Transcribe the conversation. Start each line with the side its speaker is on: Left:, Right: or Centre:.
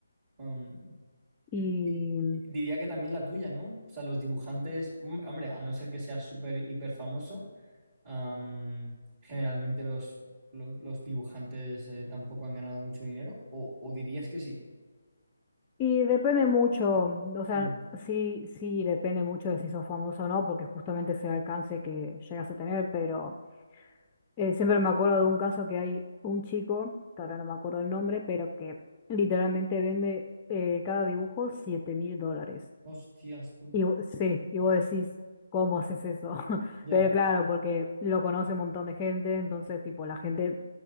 Right: Um,
Left: Y,
Right: y- y diría que también la tuya, ¿no? O sea, los dibujantes, hom- hombre, a no ser que seas súper hiper famoso, um, generalmente los, los, los dibujantes eh, tampoco han ganado mucho dinero, o, o dirías que sí.
Left: Y depende mucho, o sea,
Right: Mm.
Left: sí, sí depende mucho de si sos famoso o no, porque justamente ese alcance que llegas a tener, pero eh, siempre me acuerdo de un caso que hay un chico, que ahora no me acuerdo el nombre, pero que literalmente vende eh, cada dibujo siete mil dólares.
Right: Hostias, tú.
Left: Y vo- sí, y vos decís, ¿cómo haces eso? <laughs>
Right: Ya.
Left: Pero claro, porque lo conoce un montón de gente, entonces tipo la gente,